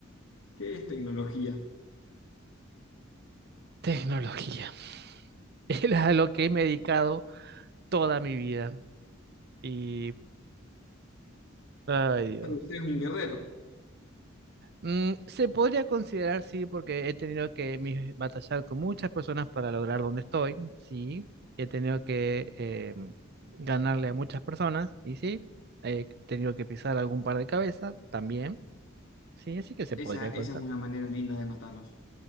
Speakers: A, on the left; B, on the right.
A: ¿Qué es tecnología?
B: Tecnología. <laughs> Es a lo que me he dedicado toda mi vida y, ay
A: Pero
B: Dios.
A: usted es un guerrero.
B: Mm, se podría considerar, sí, porque he tenido que mi- batallar con muchas personas para lograr donde estoy, sí. He tenido que eh, ganarle a muchas personas, y sí. He tenido que pisar algún par de cabezas, también, sí, así que se
A: Esa,
B: podría
A: esa
B: considerar.
A: es una manera linda de matarlos